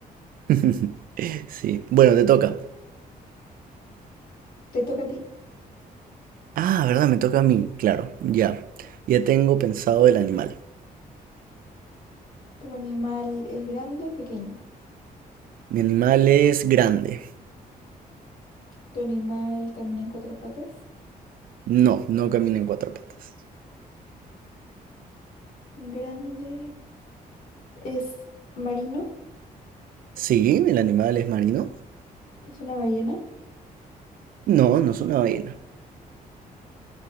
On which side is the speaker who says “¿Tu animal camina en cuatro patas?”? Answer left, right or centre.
Left